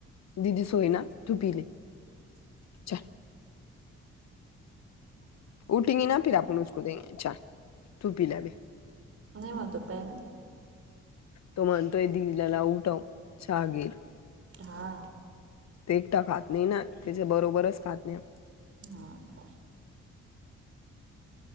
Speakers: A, on the left (about 65°); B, on the right (about 50°).
A: दिदी सोयीना तू पीले चाय. उठेंगी ना फिर आपण उसको देंगे चाय तू पीले अभी
B: नाही म्हणतो प्यायला.
A: तो मणतोय दिदी ला उठव चहा घे.
B: हा
A: ते एकटा खात नाही ना त्याच्या बरोबरच खातेय
B: हा